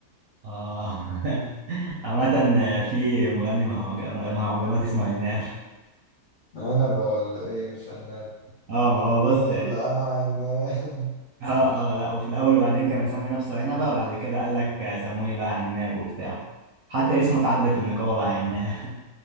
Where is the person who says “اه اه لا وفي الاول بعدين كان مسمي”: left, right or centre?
Right